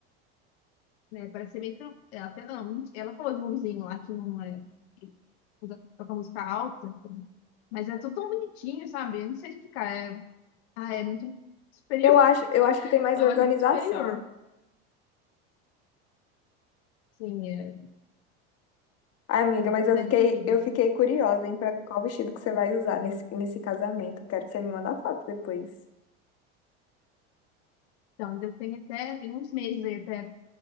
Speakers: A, on the left (about 80°); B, on the left (about 50°).
A: Né, parece ser bem tran- é, Até não. Ela falou de um vizinho lá que não é. que usa- Toca música alta. Mas é tudo tão bonitinho, sabe? Eu não sei explicar. É, ah, é muito superior.
B: Eu acho,
A: <laughs>
B: eu acho que tem mais
A: Eu
B: organização.
A: acho muito superior. Assim, é,
B: Ai, amiga,
A: tem uma
B: mas
A: qualidade
B: eu fiquei,
A: de vida,
B: eu
A: assim.
B: fiquei curiosa, hein, pra ver qual vestido que você vai usar nesse, nesse casamento. Quero que você me mande a foto depois.
A: Então, ainda tem até, tem uns meses aí até,